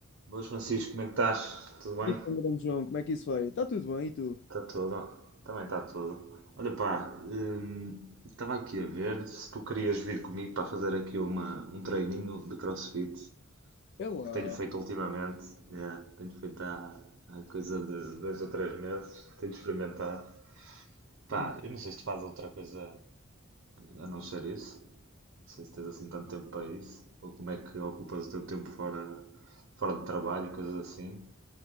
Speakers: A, on the right (about 60°); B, on the left (about 55°).
A: Boas, Francisco, como é que estás? Tudo bem?
B: Então, grande João, como é que isso vai? Está tudo bem, e tu?
A: Está tudo? Também está tudo. Olha, pá, hum, estava aqui a ver se tu querias vir comigo para fazer aqui uma, um treininho de CrossFit
B: É lá.
A: que tenho feito ultimamente. É, tenho feito há, há coisa de dois ou três meses, tenho experimentado. Pá,
B: Hum.
A: eu não sei se tu fazes outra coisa a não ser isso. Não sei se tens assim tanto tempo para isso, ou como é que ocupas o teu tempo fora, fora de trabalho, coisas assim.